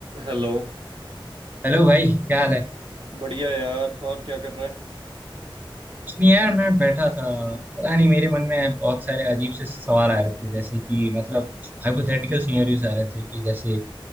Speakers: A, on the right (about 70°); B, on the right (about 20°).
A: हेलो
B: Hello भाई क्या हाल है
A: बढ़िया यार और क्या कर रहा है
B: कुछ नहीं यार मैं बैठा था पता नहीं मेरे मन में बहुत सारे अजीब से सवाल आ रहे थे जैसे कि मतलब हाइपोथेटिकल सिनेरियोज आ रहे थे कि जैसे